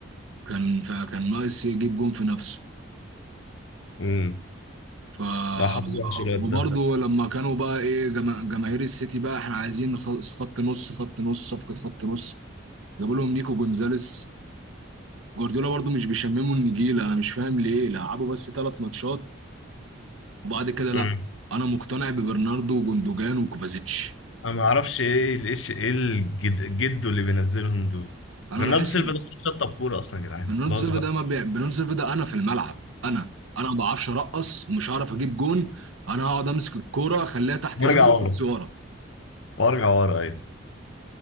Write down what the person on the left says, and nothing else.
امم
لا حاسس وحش
الواد ده
امم
انا ما اعرفش ايه ال- ايش ايه الجد جدو اللي بينزلهم دول
برناردو
سيلفا
ده خلاص شطب كورة اصلا يا جدعان
خلاص
بقى
وارجع
ورا
وارجع ورا ايوه